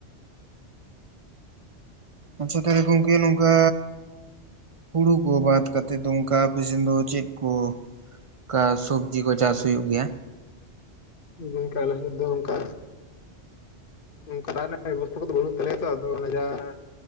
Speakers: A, on the right (about 50°); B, on the left (about 50°).
A: ᱟᱪᱪᱷᱟ ᱛᱟᱦᱚᱞᱮ ᱜᱚᱝᱠᱮ ᱱᱚᱝᱠᱟ ᱦᱩᱲᱩ ᱠᱚ ᱵᱟᱫ ᱠᱟᱛᱮ ᱫᱚ ᱚᱝᱠᱟ ᱟᱯᱮ ᱥᱮᱱ ᱫᱚ ᱪᱮᱫ ᱠᱚ ᱚᱱᱠᱟ ᱥᱚᱵᱡᱤ ᱠᱚ ᱪᱟᱥ ᱦᱩᱭᱩᱜ ᱜᱮ ᱭᱟ
B: ᱦᱳᱭ ᱜᱚᱝᱠᱮ ᱟᱞᱮᱥᱮᱫ ᱫᱚ ᱚᱝᱠᱟ ᱚᱝᱠᱟ <unintelligible> ᱵᱮᱵᱚᱥᱛᱟ ᱠᱚᱫᱚ ᱵᱟᱹᱱᱩᱜ ᱛᱟᱞᱮᱭᱟ ᱛᱚ ᱟᱫᱚ ᱚᱱᱟ ᱡᱟᱦᱟᱸ